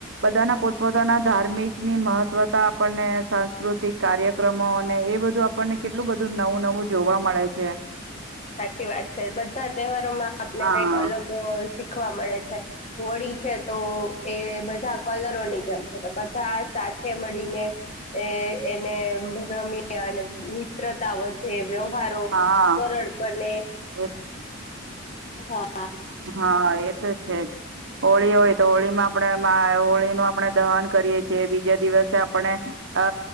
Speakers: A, on the right; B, on the left.
A: બધાના પોતપોતાના ધાર્મિકની મહત્વતા આપડને સાંસ્કૃતિક કાર્યક્રમો અને એ બધું આપડને કેટલું બધું નવું-નવું જોવા મળે છે.
B: સાચી વાત છે. બધા તહેવારોમાં આપને
A: હા
B: કઈક અલગ શીખવા મળે છે. હોળી છે તો એ બધા કલરોની જેમ છે. બધા સાથે મળીને એ એને રમીએ અને મિત્રતા વધે વ્ય હારો
A: હા
B: કરડ અને
A: એ
B: હા.
A: હા એ. <unintelligible> છે, જ હોળી હોય તો હોળી માં આપણે <unintelligible> આપણે દહન કરીએ છીએ બીજા દિવસે આપણે અ